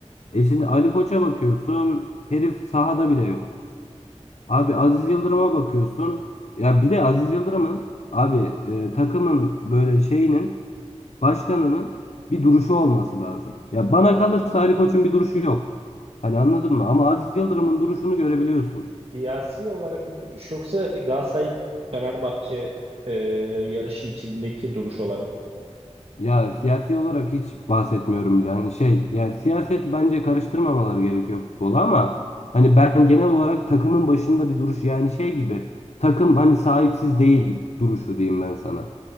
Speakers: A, on the left; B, on the right.
A: E şimdi Ali Koç'a bakıyorsun. Herif sahada bile yok. Abi Aziz Yıldırım'a bakıyorsun. Ya bir de Aziz Yıldırım'ın abi e, takımın böyle şeyinin başkanının bir duruşu olması lazım. Ya bana kalırsa Ali Koç'un bir duruşu yok. Hani anladın mı? Ama Aziz Yıldırım'ın duruşunu görebiliyorsun.
B: Siyasi olarak mı duruş yoksa Galatasaray Fenerbahçe e, yarışı içindeki duruş olarak?
A: Ya siyasi olarak hiç bahsetmiyorum bile. Hani şey yani siyaset bence karıştırmamaları gerekiyor futbola ama hani ben genel olarak takımın başında bir duruş yani şey gibi takım hani sahipsiz değil duruşu diyeyim ben sana.